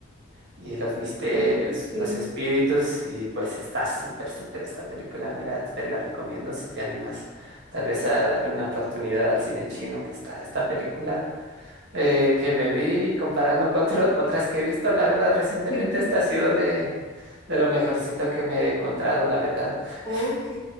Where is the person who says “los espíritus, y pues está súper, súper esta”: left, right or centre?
Right